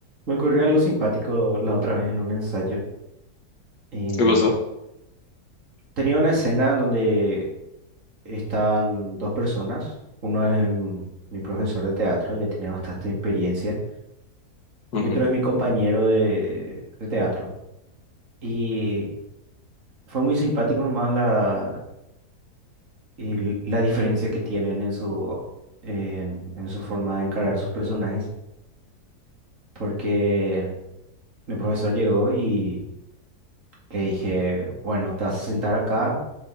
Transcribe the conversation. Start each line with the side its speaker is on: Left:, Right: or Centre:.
Right: Me ocurrió algo simpático la otra vez en un ensayo. En-
Left: ¿Qué pasó?
Right: Tenía una escena en donde están dos personas. Uno es mm, mi profesor de teatro, ya tiene bastante experiencia,
Left: Ujú,
Right: y otro es mi compañero de, de teatro. Y fue muy simpático nomás la, el- la diferencia que tienen en su, en, en su forma de encarar sus personajes, porque mi profesor llegó y le dije, bueno, te vas a sentar acá.